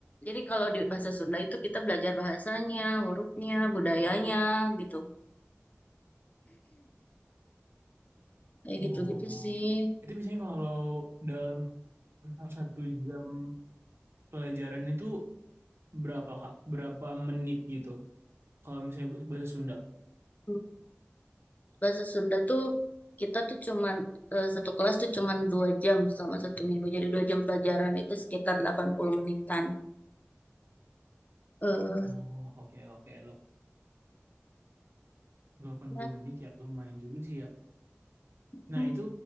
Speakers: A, on the left; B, on the right.
A: jadi kalau di bahasa Sunda itu kita belajar bahasanya, hurufnya, budayanya gitu. Kayak
B: Oh.
A: gitu-gitu sih.
B: Itu biasanya kalau dalam satu jam pelajaran itu berapa kak? Berapa menit gitu? Kalau misalnya bahasa Sunda.
A: Hmm. bahasa Sunda tuh kita tuh cuman eh, satu kelas tuh cuman dua jam selama satu minggu. Jadi dua jam pelajaran itu sekitar 80 menitan. eh
B: Oh oke oke. delapan
A: ya,
B: puluh menit ya lumayan juga sih ya. Nah,
A: hmm,
B: itu